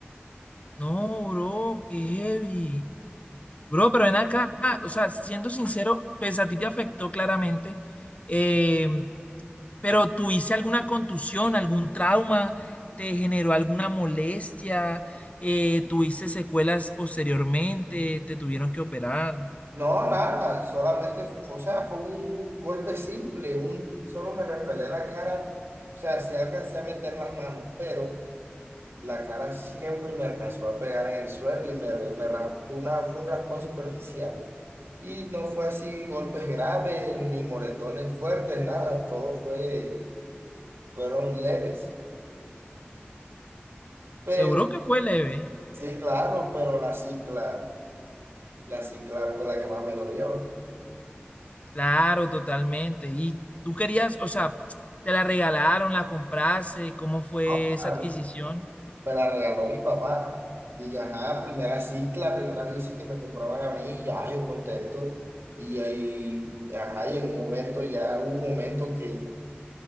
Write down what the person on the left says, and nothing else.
no, bro, qué heavy. Bro, pero ven acá, o sea, siendo sincero, pues a ti te afectó claramente, eh, pero ¿tuviste alguna contusión, algún trauma? ¿Te generó alguna molestia? Eh, ¿tuviste secuelas posteriormente? ¿Te tuvieron que operar?
Seguro que fue leve.
Claro, totalmente. ¿Y tú querías, o sea, te la regalaron, la compraste? ¿Cómo fue
esa adquisición?